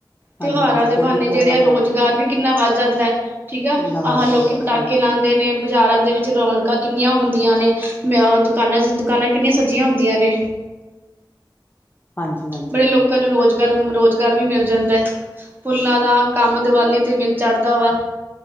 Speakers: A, on the right (about 25°); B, on the left (about 25°).
A: ਤਿਉਹਾਰਾਂ
B: ਹਾਂਜੀ ਹਾਂਜੀ
A: ਦੇ
B: ਪਹਿਲੇ
A: ਬਹਾਨੇ
B: ਹੀ ਕਹਿਣ
A: ਜਿਹੜੇ
B: ਲੱਗ
A: ਆ ਰੁਜ਼ਗਾਰ
B: ਪੈਂਦੇ
A: ਵੀ ਕਿੰਨਾ ਵੱਧ ਜਾਂਦਾ ਹੈ ਠੀਕ ਆਹ,
B: ਕਿੰਨਾ ਵੱਧ ਜਾਂਦਾ
A: ਲੋਕੀ ਪਟਾਕੇ
B: ਹਾਂਜੀ
A: ਲਾਉਂਦੇ ਨੇ ਬਾਜ਼ਾਰਾਂ ਦੇ ਵਿੱਚ ਰੌਣਕਾਂ ਕਿੰਨੀਆਂ ਹੁੰਦੀਆਂ ਨੇ, ਦੁਕਾਨਾਂ- ਦੁਕਾਨਾਂ ਕਿੰਨੀਆਂ ਸੱਜੀਆਂ ਹੁੰਦੀਆਂ ਨੇ
B: ਹਾਂਜੀ ਹਾਂਜੀ।
A: ਬੜੇ ਲੋਕਾਂ ਨੂੰ ਰੁਜ਼ਗਾਰ, ਰੁਜ਼ਗਾਰ ਵੀ ਮਿਲ ਜਾਂਦਾ ਹੈ। ਫੁੱਲਾਂ ਦਾ ਕੰਮ ਦੀਵਾਲੀ ਤੇ ਮਿਲ ਚੜ੍ਹਦਾ ਵਾ